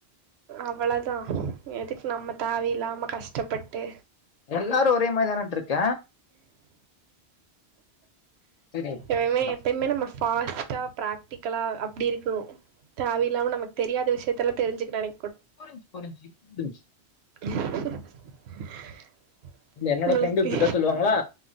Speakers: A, on the right; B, on the left.
A: அவ்வளவுதா எதுக்கு நம்ம தேவ இலாம கஷ் டப்பட்டு
B: எல்லாரும் ஒரே மாதிரி தானே நின்ட்டுருக்க தெரியுது
A: இனிமே
B: இப்பதான்
A: எப்பயுமே நம்ம ஃபாஸ்ட் பிராக்டிக்கலா அப்படி இருக்கணோ தேவ இல்லாம நமக்கு தெரியாத விஷயத்தலா தெரிஞ்சுக்க நினை
B: புரிஞ்ச்சு புரிஞ்ச்சு புரிஞ்ச்சு
A: <inaudible>
B: இல்ல என்னோட
A: உங்களுக்கு
B: ஃப்ரெண்ட் இப்படித்தா சொல்லுவாங்களா